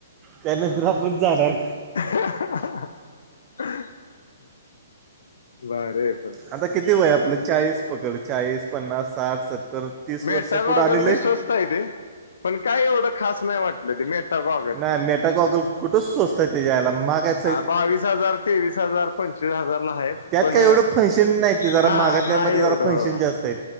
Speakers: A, on the right (about 20°); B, on the left (about 80°).
A: त्यानंतर आपण जाणार.
B: अह् अह् अहा् हा भारी आहे पण.
A: आता किती वय आपलं, चाळीस पकड चाळीस? पन्नास, साठ, सत्तर, तीस
B: मेटा
A: वर्ष
B: गॉगल
A: पुढं आणि
B: बी
A: लयं
B: स्वस्त आहे ते पण काही एवढं खास नाही वाटलं, ते मेटा गॉगल.
A: नाही मेटा गॉगल कुठं स्वस्त हायतं तेच्या <unintelligible> महाग हायतं.
B: हा बावीस हजार, तेवीस हजार, पंचवीस हजार ला आहेत,
A: त्यात
B: पण
A: <unintelligible> नाही जरा
B: हा
A: महागातलं
B: नाही
A: म जरा
B: एवढं
A: <unintelligible>
B: हो
A: जास्त हाय.